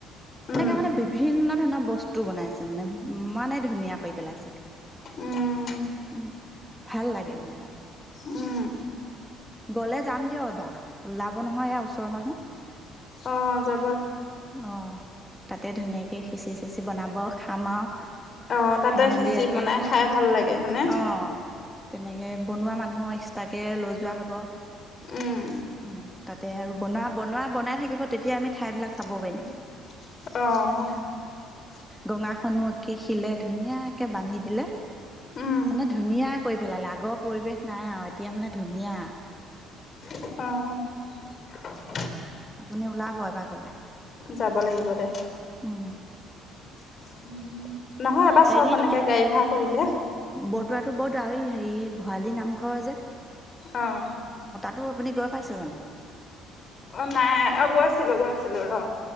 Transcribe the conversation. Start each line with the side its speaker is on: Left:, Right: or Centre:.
Centre: তেনেকে
Left: উম
Centre: মানে বিভিন্ন ধৰণৰ বস্তু বনাইছে মানে ইমানেই ধুনীয়া কৰি পেলাইছে,
Left: উম
Centre: উম। ভাল লাগে মানে।
Left: উম।
Centre: গ'লে যাম দিয়ক এবাৰ, ওলাব নহয় ইয়াৰ ওচৰৰ মানুহ।
Left: অঁ যা
Centre: অঁ তাতে ধুনীয়াকে কে সিছি বেছি বনাব খাম আৰু
Left: অ তাতে
Centre: খাই মেলি
Left: খিচিৰি
Centre: একে,
Left: বনাই খাই ভাল লাগে হয়নে
Centre: অঁ। এনেকে বনোৱা মানুহৰ এক্সট্ৰা কে লৈ যোৱা হ
Left: উম
Centre: <inaudible> উম তাতে আৰু বনোৱা বনোৱা বনাই থাকিব তেতিয়া আমি ঠাইবিলাক
Left: অৱ।
Centre: চাব পাৰিম গঙা খনো একে শিলে ধুনীয়াকে বান্ধি দিলে।
Left: উম।
Centre: মানে ধুনীয়া কৰি পেলালে আগৰ পৰিৱেশ নাই আৰু এতিয়া মানে ধুনীয়া।
Left: অৱ।
Centre: আপুনি ওলাব এবাৰ গলে,
Left: যাব লাগিব দে
Centre: উম।
Left: <unintelligible> এবাৰ
Centre: হেৰিতো,
Left: চব এনেকে গাড়ী ভাড়া কৰিলে
Centre: বদোৱাটো বদ <unintelligible> হেৰি ভৰালি নামঘৰ যে
Left: অৱ।
Centre: তোৰ আপুনি গৈ পাইছে জানো?
Left: অ' নাই, অ' গৈছিলো গৈছিলো ৰ।